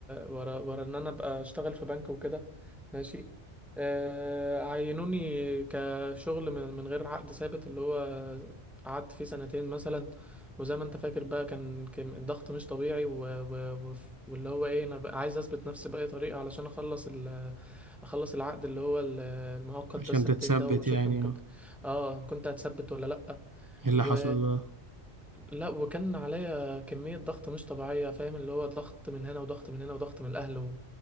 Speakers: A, in the centre; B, on the right (about 20°).
A: ورا ورا ان انا ابقى اشتغل في بنك وكده ماشي اه، عينوني كشغل من من غير عقد ثابت اللي هو قعدت فيه سنتين مثلا وزي ما انت فاكر بقى كان كان الضغط مش طبيعي و... و... وف- واللي هو ايه انا بقى عايز اثبت نفسي بأي طريقة علشان اخلص ال... اخلص العقد اللي هو ال- المؤقت
B: عشان
A: ده السنتين
B: تتثبت
A: ده واشوف
B: يعني
A: ان كنت
B: آه.
A: اه كنت هتثبت ولا لأ
B: إيه اللي
A: و
B: حصل ده
A: لا وكان عليا كمية ضغط مش طبيعية فاهم اللي هو ضغط من هنا وضغط من هنا وضغط من الأهل و...